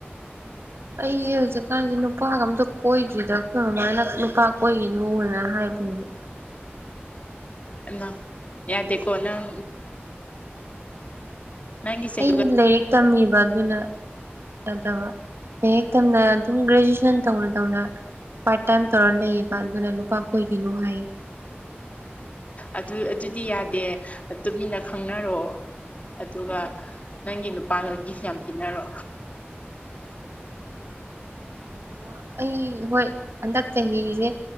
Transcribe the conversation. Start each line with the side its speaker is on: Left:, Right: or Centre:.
Right: ꯑꯩꯖ‌ꯦ ꯍꯧꯖꯤꯛꯀꯥꯟꯖ‌ꯦ ꯅꯨꯄꯥꯒ ꯑꯝꯇ ꯀꯣꯏꯗ꯭ꯔꯤꯗ ꯈꯣꯏ ꯃꯃꯥꯅ ꯅꯨꯄꯥ ꯀ‌ꯣꯏꯒꯤꯅꯨ ꯍꯥꯏꯅ ꯍꯥꯏꯕꯤꯕ
Left: ꯑꯩꯃꯥ ꯌꯥꯗ‌ꯦꯀ‌ꯣ ꯅꯪ ꯅꯪꯒꯤ ꯆꯍꯤꯒ
Right: ꯑꯩꯗꯤ ꯂꯥꯏꯔꯤꯛ ꯇꯝꯃꯤꯕ ꯑꯗꯨꯅ ꯌꯥꯗꯕ ꯂꯩꯔꯤꯛ ꯇꯝꯅ ꯑꯗꯨꯝ ꯒ꯭ꯔꯦꯖꯨꯑꯦꯁꯟ ꯇꯧꯅ ꯇꯧꯅ ꯄꯥꯔ꯭ꯠ ꯇꯥꯏꯝ ꯇꯧꯔ ꯂꯩꯌꯦꯕ ꯑꯗꯨꯅ ꯅꯨꯄꯥ ꯀ‌ꯣꯏꯒꯤꯅꯨ ꯍꯥꯏ
Left: ꯑꯗꯨ ꯑꯗꯨꯗꯤ ꯌꯥꯗꯦ ꯇꯨꯃꯤꯟꯅ ꯈꯪꯅꯔ‌ꯣ ꯑꯗꯨꯒ ꯅꯪꯒꯤ ꯅꯨꯄꯥꯒ ꯒꯤꯞꯁ ꯌꯥꯝ ꯄꯤꯟꯅꯔꯣ
Right: ꯑꯣ ꯑꯩ ꯍꯣꯏ ꯍꯟꯗꯛ ꯆꯍꯤꯁꯦ